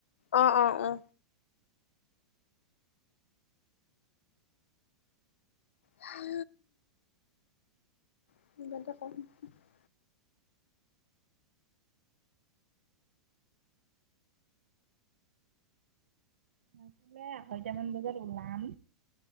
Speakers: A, on the left; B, on the right.
A: অ অ অ। হা। <inaudible>
B: নাছিলে আঢ়ৈটামান বজাত ওলাম।